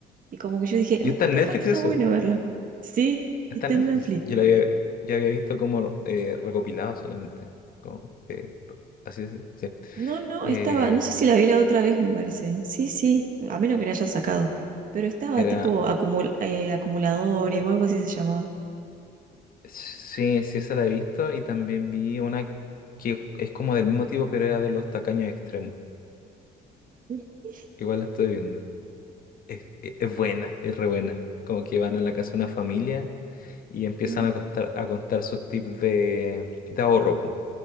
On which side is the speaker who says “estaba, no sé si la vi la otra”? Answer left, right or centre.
Right